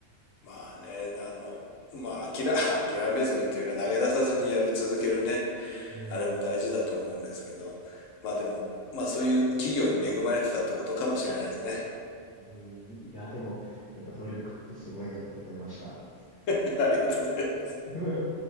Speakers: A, on the left; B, on the left.
A: まあね、あの、まあ諦、<laughs> 諦めずにというか投げ出さずにやる、続けるね。
B: うー
A: あれも大事だと思うんですけど。
B: ん。う
A: まあでも、まあそういう企業に恵まれてたってことかもしれないですね。
B: ーん。いや、でも、やっぱ努力ってすごいなって思いました。
A: <laughs> ありがとうございます。
B: <laughs>